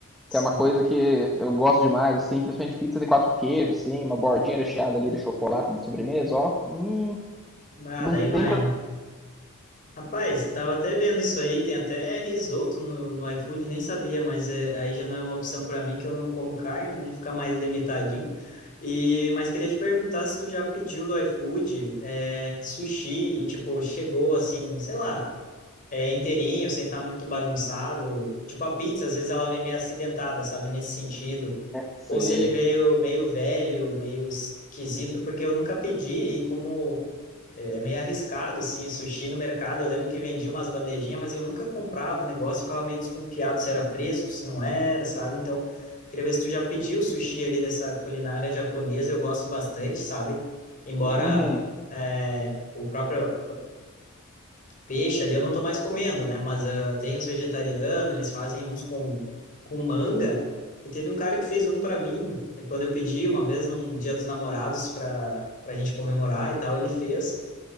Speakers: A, on the left; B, in the centre.
A: Sim.
B: que é uma coisa que eu gosto demais, assim, principalmente pizza de quatro queijos, assim, uma bordinha recheada ali de chocolate de sobremesa, ó. Hum,
A: Ah,
B: não
A: daí
B: tem
A: vai,
B: coisa.
A: né? Rapaz, tava até vendo isso aí, tem até risoto no, no iFood, nem sabia, mas é, aí já não é uma opção para mim, que eu não como carne, né? Fica mais limitadinho. E, mas queria te perguntar se tu já pediu do iFood, é, sushi e, tipo, chegou assim, sei lá. É inteirinho, sem estar muito bagunçado. Tipo, a pizza, às vezes ela vem meio acidentada, sabe? Nesse sentido.
B: Sei.
A: Ou se ele veio meio velho, meio esquisito, porque eu nunca pedi e como é é meio arriscado, assim, sushi no mercado. Eu lembro que vendia umas bandejinhas, mas eu nunca comprava o negócio, ficava meio desconfiado se era fresco, se não era, sabe? Então, queria ver se tu já pediu sushi ali dessa culinária japonesa. Eu gosto bastante, sabe? Embora
B: Uhum.
A: é, o próprio peixe ali eu não tô mais comendo, né? Mas ah, tem os vegetarianos, eles fazem uns com, com manga. E teve um cara que fez um para mim, e quando eu pedi uma vez num Dia dos Namorados para para gente comemorar e tal, ele fez.